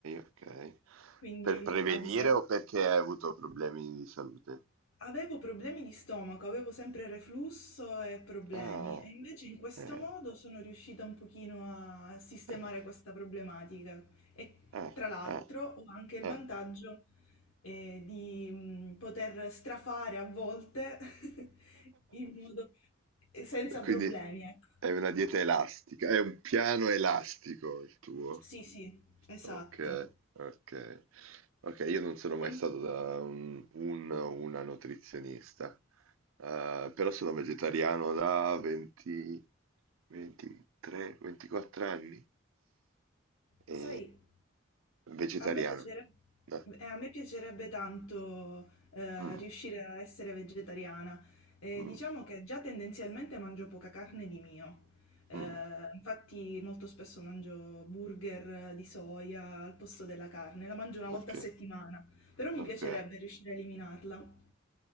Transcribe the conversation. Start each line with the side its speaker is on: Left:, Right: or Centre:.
Right: ok.
Left: Quindi,
Right: Per prevenire
Left: ad esempio...
Right: o perché hai avuto problemi di salute?
Left: Avevo problemi di stomaco, avevo sempre reflusso e problemi
Right: Ah,
Left: e invece in questo
Right: eh,
Left: modo sono riuscita un pochino a sistemare
Right: eh,
Left: questa problematica e
Right: eh,
Left: tra l'altro
Right: eh,
Left: ho anche il
Right: eh.
Left: vantaggio eh, di mm, poter strafare a volte <laughs> in modo eh, senza
Right: E quindi
Left: problemi, ecco.
Right: è una dieta elastica, è un piano elastico il tuo.
Left: Sì, sì, esatto.
Right: Ok, ok. Ok, io non sono mai
Left: E
Right: stato da un, un- una nutrizionista, Eh, però sono vegetariano da 20, 23, 24 anni.
Left: sai,
Right: E vegetariano.
Left: A me piacere-
Right: Eh,
Left: eh, a me piacerebbe tanto eh,
Right: mm,
Left: riuscire a essere vegetariana. Eh,
Right: mm,
Left: diciamo che già tendenzialmente mangio poca carne di mio. Eh,
Right: mm,
Left: infatti molto spesso mangio burger di soia al posto della carne, la mangio una
Right: ok,
Left: volta a settimana, però mi
Right: ok.
Left: piacerebbe riuscire a eliminarla.